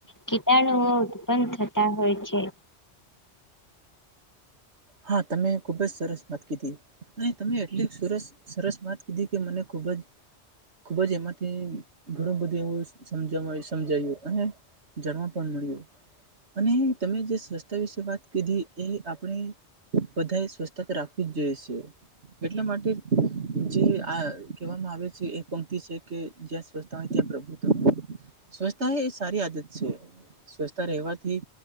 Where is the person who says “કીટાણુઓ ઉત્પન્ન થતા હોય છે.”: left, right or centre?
Left